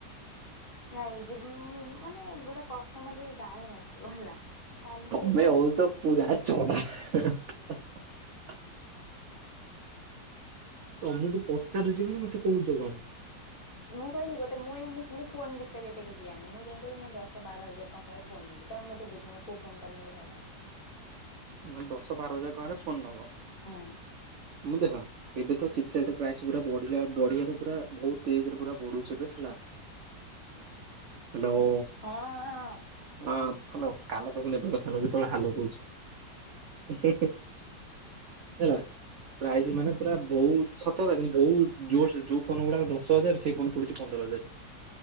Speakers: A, on the left; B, on the right.
A: ନାଇଁ, ଯେବେ ମୁଁଉଁ ମାନେ ଗୋଟେ କଷ୍ଟମର ଯଦି ଜାଣିିନଥିବ, ହେଲା ତାହେଲେ
B: ତମେ
A: ସିଏ ଯାଇକି
B: ହଉଛ ପୁରା ଚଢା ହା ହା ହା। ତମକୁ ପଚାରୁଛି ବୋଲି, ମତେ କହୁଛ କଣ?
A: ମୁଁ କହିଲି, ଗୋଟେ ମୁଁ ଏଇ ଫୋନ୍ ବିଷୟରେ ଏତେ କିଛି ଜାଣିନି। ମୁଁ ଯାଇଁକି କହିବି, ମୁଁ ଦଶ ବାର ହଜାର ଟଙ୍କାରେ ଫୋନ୍ ନେବି। ତମେ ମୋତେ ବୁଝାଓ କୋଉ ଫୋନ୍ ଟା ନେଲେ ଭଲ ହବ?
B: ମାନେ, ଦଶ ବାର ହଜାର ଟଙ୍କାରେ ଫୋନ୍ ନବ।
A: ହୁଁ
B: ମୁଁ ଦେଖ ଏବେ ତ ଚିପ୍ସାଇଟ୍ ପ୍ରାଇସ୍ ପୁରା ବଢିଲା। ବଢିଆରେ ପୁରା ବହୁତ ତେଜ୍ ରେ ପୁରା ବଢୁଛି ଏବେ ହେଲା। ହ୍ୟାଲୋ!
A: ହଁ ହଁ
B: ହଁ ହାଲୋ କାନ ପାଖକୁ ନେ ପରା କ ଥନୁ ଯେତେଳେ ହାଲୋ କହୁଛ ହେ ହେ ହେ ହେଲା, ପ୍ରାଇସ୍
A: ହଁ
B: ମାନେ ପୁରା ବହୁତ ସତ କଥା! କିନ୍ତୁ, ବହୁତ ଯୋର୍ ସେ ଯୋଉ ଫୋନ୍ ଗୁଡାକ ଦଶ ହଜାର ସେଇ ଫୋନ୍ ପଡୁଛି, ପନ୍ଦର ହଜାର।